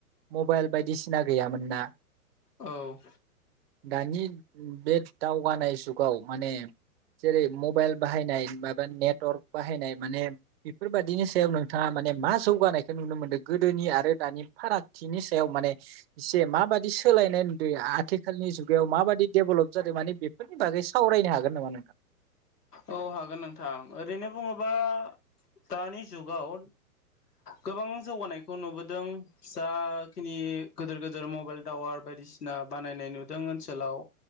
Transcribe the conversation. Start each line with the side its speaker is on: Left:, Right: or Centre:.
Right: मबाइल बायदिसिना गैयामोन ना
Left: औ
Right: दानि बे दावगानाय जुगाव माने जेरै मबाइल बाहायनाय माबा नेटवर्क बाहायनाय माने बेफोरबादिनि सायाव नों थाङा माने मा जौगानायखौ नुनो मोनदों गोदोनि आरो दानि फारागथिनि सायाव माने एसे माबादि सोलायनाय नुदों आथिखालनि जुगायाव माबादि डेभेलप जादों माने बेफोरनि बागै सावरायनो हागोन नामा नोंथां।
Left: औ हागोन नोंथां ओरैनो बुङोबा दानि जुगाव गोबां जौगानायखौ नुबोदों जाखिनि गोदोर-गोदोर मबाइल टावार बायदिसिना बानायनाय नुदों ओनसोलाव